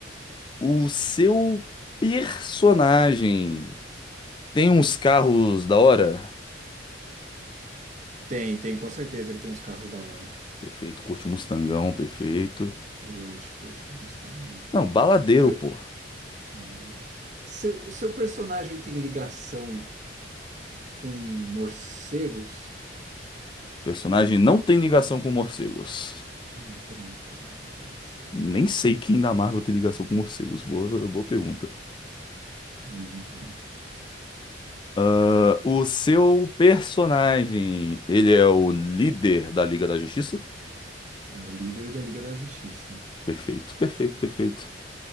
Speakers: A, on the left; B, on the right.
A: O seu personagem tem uns carros da hora?
B: Tem, tem, com certeza ele tem uns carros da hora.
A: Perfeito, curte um Mustangão, perfeito.
B: Curte, curte, uns Mustangão.
A: Não, baladeiro,
B: Seu,
A: pô. O
B: é. seu, seu personagem tem ligação com morcegos?
A: personagem não tem ligação com morcegos.
B: Não tem, então não pode ser
A: Nem
B: esse.
A: sei quem da Marvel tem ligação com morcegos. Boa, boa pergunta.
B: Ah, bem.
A: Ah, o seu personagem, ele é o líder da Liga da Justiça?
B: É o líder da Liga da Justiça.
A: Perfeito, perfeito, perfeito.